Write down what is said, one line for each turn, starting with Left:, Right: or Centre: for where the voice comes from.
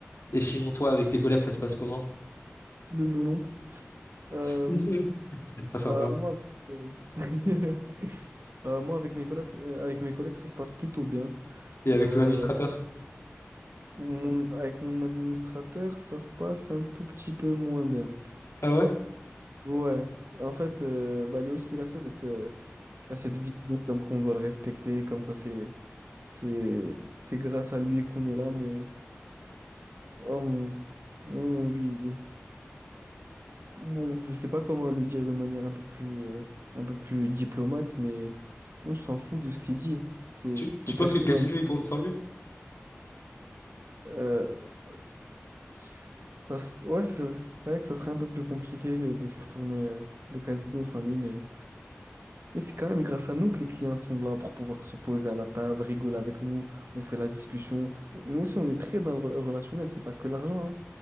Left: Et sinon, toi, avec tes collègues, ça se passe comment?
Right: Le melon. Euh,
Left: <laughs> Pas sympa.
Right: bah, moi, euh, <laughs> bah, moi avec mes collègues, euh, avec mes collègues, ça se passe plutôt bien.
Left: Et avec
Right: Euh,
Left: ton administrateur?
Right: mon- avec mon administrateur, ça se passe un tout petit peu moins bien.
Left: Ah ouais?
Right: Ouais, en fait, euh, bah, lui aussi, il a cette, euh, il a cette vision comme qu'on doit le respecter, comme quoi c'est, c'est, c'est grâce à lui qu'on est là, mais oh, on, on lui. Bon, je sais pas comment le dire de manière un peu plus, euh, un peu plus diplomate, mais on s'en fout de ce qu'il dit. C'est,
Left: Tu,
Right: c'est
Left: tu penses
Right: personne.
Left: que le casino, il tourne sans lui?
Right: Euh, c- c- ça s- ouais, c'est c'est vrai que ça serait un peu plus compliqué de faire tourner euh, le casino sans lui, mais, mais c'est quand même grâce à nous que les clients sont là pour pouvoir se poser à la table, rigoler avec nous, on fait la discussion. Nous aussi, on est très dans le re- relationnel, c'est pas que l'argent, hein.